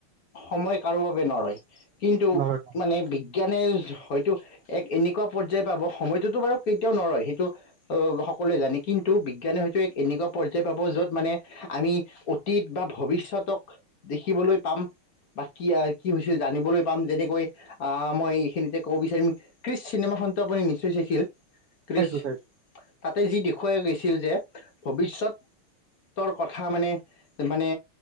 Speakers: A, on the left; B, on the right.
A: সময় কাৰো বাবে নৰয় কিন্তু
B: নহয় নহয়
A: মানে বিজ্ঞান বিজ্ঞানে হয়তো এক এনেকুৱা পৰ্যায় পাব সময়টোোতো বাৰু কেতিয়াও নৰয় সেইটো অ সকলোৱে জানে কিন্তু বিজ্ঞানে হয়তো এক এনেকুৱা পৰ্যায় পাব য'ত মানে আমি অতীত বা ভৱিষ্যত তক দেখিবলৈ পাম। বা কি কি হৈ হৈছে জানিবলৈ পাম যেনেকৈ আহ মই এইখিনিতে কব বিচাৰিম ক্ৰিষ্ট চিনেমা টো আপুনি‌ নিশ্চয় চাইছিল। ক্ৰিছ
B: চাইছোঁ চাইছোঁ
A: তাতে যি দেখুৱাই গৈছিল যে ভৱিষ্যত ৰ কথা মানে মানে